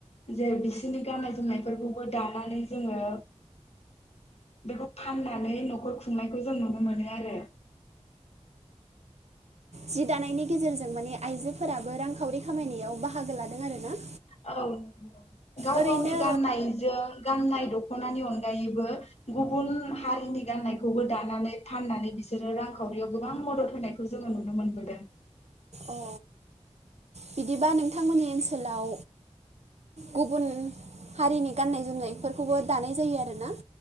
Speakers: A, on the left (about 65°); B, on the right (about 65°).
A: जे बिसोरनि गाननाय जोमनायफोरखौबो दानानै जोंङो बेखौ फाननानै न'खर खुंनायखौ जों नुनो मोनो आरो।
B: जि दानायनि गेजेरजों माने आइजोफोराबो रांखावरि खामायनायाव बाहागो लादों आरो ना।
A: औ गाव-गावनि
B: ओरैनो
A: गाननायजों गाननाय दख ख'नानि अनगायैबो गुबुन हारिनि गाननायखौबो दानानै फाननानै बिसोरो रांखावरियाव गोबां मदद होनायखौ जोंङो नुनो मोनबोदों।
B: अ बिदिबा नोंथांमोननि ओनसोलाव गुबुन हारिनि गाननाय जोमनायफोरखौबो दानाय जायो आरोना?